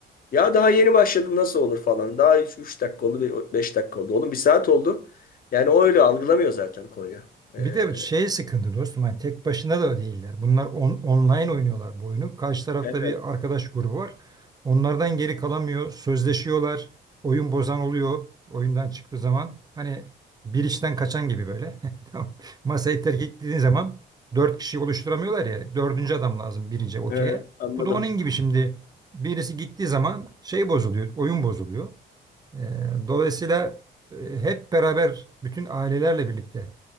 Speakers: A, on the left (about 45°); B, on the right (about 20°).
A: Ya daha yeni başladım nasıl olur falan. Daha 3 dakika oldu, 5 dakika oldu. Oğlum bir saat oldu. Yani o öyle algılamıyor zaten konuyu. Ee,
B: Bir de şey sıkıntı dostum hani tek başına da değiller. Bunlar on- online oynuyorlar bu oyunu. Karşı tarafta
A: evet,
B: bir arkadaş grubu var. Onlardan geri kalamıyor. Sözleşiyorlar. Oyun bozan oluyor. Oyundan çıktığı zaman hani bir işten kaçan gibi böyle. <laughs> Tamam. Masayı terk ettiğin zaman dört kişi oluşturamıyorlar ya. Dördüncü adam lazım birinci okey'e.
A: evet, anladım.
B: Bu da onun gibi şimdi birisi gittiği zaman şey bozuluyor. Oyun bozuluyor. Ee, dolayısıyla e, hep beraber bütün ailelerle birlikte,